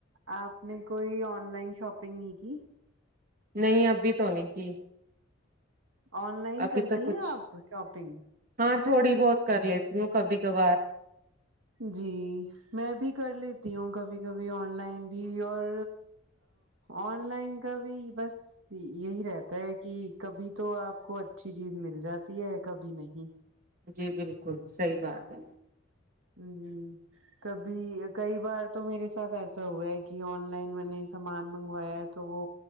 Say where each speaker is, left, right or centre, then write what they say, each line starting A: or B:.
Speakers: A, on the right (about 80°); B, on the right (about 45°).
A: آپ نے کوئی آن لائن شاپنگ نہیں کی
B: نہیں ابھی تو نہیں کی
A: آن لائن
B: ابھی
A: کرتی
B: تو کچھ
A: ہیں شاپنگ
B: ہاں تھوڑی بہت کر لیتی ہوں کبھی کبھار
A: جی میں بھی کر لیتی ہوں کبھی کبھی آن لائن بھی اور آن لائن کا بھی بس یہی رہتا ہے کہ کبھی تو آپ کو اچھی چیز مل جاتی ہے کبھی نہیں
B: جی بالکل صحیح بات ہے
A: جی کبھی کئی بار تو میرے ساتھ ایسا ہوا ہے کہ آن لائن میں نے سامان منگوایا تو وہ